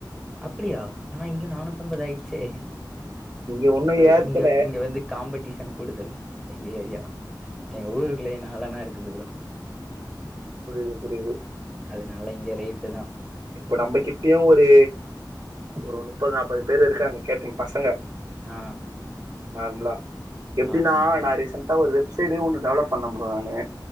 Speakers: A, in the centre; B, on the right.
A: அப்படியா ஆனா இங்க நானூத்தம்பது ஆயிட்ச்சே
B: இங்க ஒன்னு
A: ப்ரோ
B: ஏத்தல
A: இங்க இங்க வந்து காம்படீஷன் கூடுதல் எங்க ஏரியா எங்க
B: ம்
A: ஊருக்குள்ளயே நாலனா இருக்குது ப்ரோ
B: புரியுது புரியுது
A: அதனால இங்க ரேட்டு தா
B: இப்ப நம்மகிட்டயு ஒரு ஒரு நுப்பது நாப்பது பேர் இருக்காங்க கேட்ரிங் பசங்க
A: ஆ
B: நார்மலா எப்டின்னா
A: ஆ ஆ ஆ
B: நா ரீசன்டா ஒரு வெப்சைடே ஒண்ணு டெவலப் பண்ண ப்ரோ நானு